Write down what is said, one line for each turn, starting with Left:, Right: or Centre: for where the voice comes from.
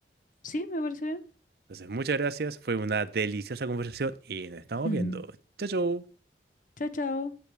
Left: Sí, me parece
Right: Entonces, muchas gracias. Fue una deliciosa conversación y nos estamos
Left: bien.
Right: viendo. Chao, chao.
Left: <laughs> Chao, chao.